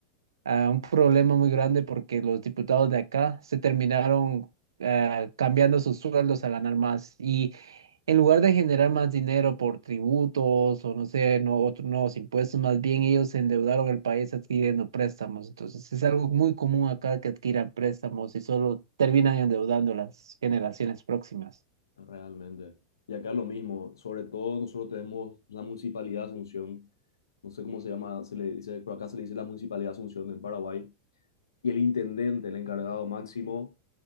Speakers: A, on the right; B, on the left.
A: ah, un problema muy grande porque los diputados de acá se terminaron... ah, cambiando sus sueldos a ganar más. Y en lugar de generar más dinero por tributos o no sé, no, otros nuevos impuestos, más bien ellos endeudaron el país adquiriendo préstamos. Entonces es algo muy común acá que adquieran préstamos y solo terminan endeudando las generaciones próximas.
B: Realmente. Y acá lo mismo, sobre todo nosotros tenemos la Municipalidad de Asunción, no sé cómo se llama, se le dice, por acá se le dice la Municipalidad de Asunción en Paraguay, y el intendente, el encargado máximo,